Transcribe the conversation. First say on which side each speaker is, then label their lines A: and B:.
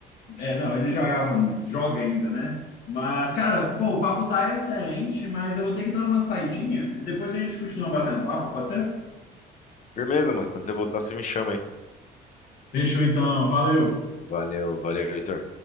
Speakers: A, on the left; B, on the left.
A: É, não, ele jogava muito, joga ainda, né? Mas, cara, pô, o papo tá excelente, mas eu vou ter que dar uma saidinha e depois a gente continua batendo papo, pode ser?
B: Firmeza, mano. Quando você voltar, você me chama, hein?
A: Fechou então, valeu.
B: Valeu, valeu, Heitor.